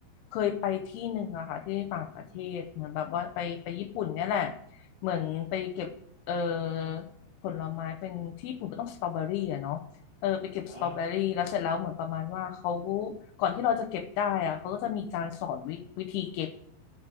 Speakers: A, on the left (about 80°); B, on the right (about 55°).
A: เคยไปที่หนึ่งอะค่ะที่ต่างประเทศเหมือนแบบว่าไปไปญี่ปุ่นเนี่ยแหละเหมือนไปเก็บเอ่อผลไม้เป็นที่ญี่ปุ่นก็ต้องสตรอเบอรี่อะเนาะเออไปเก็บสตรอเบอรี่แล้วเสร็จแล้วเหมือนประมาณว่าเขา
B: อ่า
A: ก่อนที่เราจะเก็บได้อะเขาก็จะมีการสอนวิวิธีเก็บ